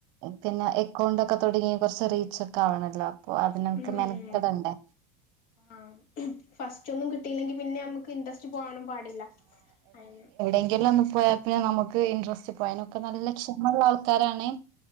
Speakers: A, on the right; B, on the left.
A: പിന്നെ എക്കൗണ്ട് ഒക്കെ തൊടങ്ങി കൊറ്ച്ച് റീച്ച് ഒക്കെ ആവണല്ലോ അപ്പൊ അതിനക്കെ
B: ഉം
A: മെനക്കടണ്ടേ.
B: ഉം ആഹ് ഫസ്റ്റ് ഒന്നും കിട്ടീല്ലെങ്കി പിന്നെ അമ്മ്ക്ക് ഇൻട്രസ്റ്റ് പോകാനും പാടില്ല <unintelligible>
A: എങ്കിലും ഒന്ന് പോയാ പിന്നെ നമുക്ക് ഇൻട്രസ്റ്റ് പോകും അതിനൊക്കെ നല്ല ക്ഷമെള്ള ആൾക്കാരാണേ